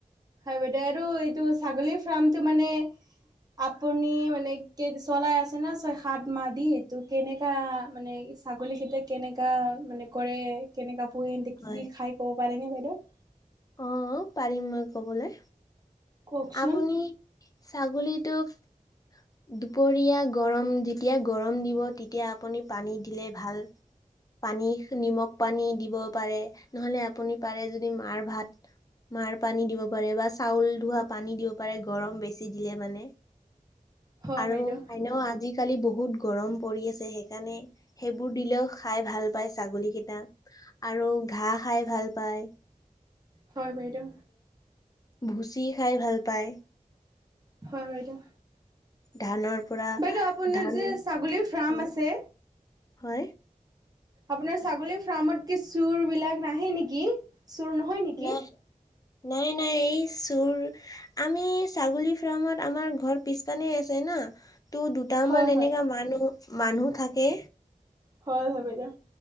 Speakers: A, on the right; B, on the left.
A: হয় বাইদেউ আৰু এইটো ছাগলীৰ ফাৰ্মটো মানে আপুনি মানে চলাই আছে ন ছয়, সাত মাহ দি তটো কেনেকা মানে। ছাগলীকেইটায়া কেনেকা মানে কৰে কেনেকা। পুহিতে কি
B: হয়
A: কি খাই ক'ব পাৰে ন বাইদেউ
B: অ পাৰিম মই কবলৈ
A: কওকচোন
B: আপুনি ছাগলীত। টো। দুপৰীয়া গৰম যেতিয়া গৰম দিব তেতিয়া আপুনি পানী দিলে ভাল। পানী নিমখ পানী দিব পাৰে নহলে আপুনি পাৰে যদি মাৰ ভাত।
A: উম।
B: মাৰ পানী দিব পাৰে বা চাউল ধোৱা পানী দিব পাৰে গৰম বেছি দিলে মানে।
A: হয়
B: আৰু
A: বাইদেউ
B: এনেও আজিকালি বহুত গৰম পৰি আছে সেইকাৰণে সেইবোৰ দিলেও খাই ভাল পায় ছাগলী কেইটা আৰু ঘাঁহ খাই ভাল পাই
A: হয় বাইদেউ।
B: ভুচি খাই ভাল পায়।
A: হয় হয় বাইদেউ।
B: ধানৰ পৰা
A: বাইদেউ আপোনাৰ
B: ধান
A: যে ছাগলীৰ ফাৰ্ম
B: হয়
A: আছে।
B: হয়
A: আপোনাৰ ছাগলীৰ ফাৰ্মত কি চুৰ বিলাক নাহে নেকি। চুৰ নহয় নেকি?
B: না নাই নাই এই চোৰ আমি ছাগলী ফাৰ্মত আমাৰ ঘৰ পিছ পানে আছে। না ত' দুটামান
A: হয় হয়
B: এনেকা মানুহ মানুহ থাকে।
A: হয় হয় বাইদেউ।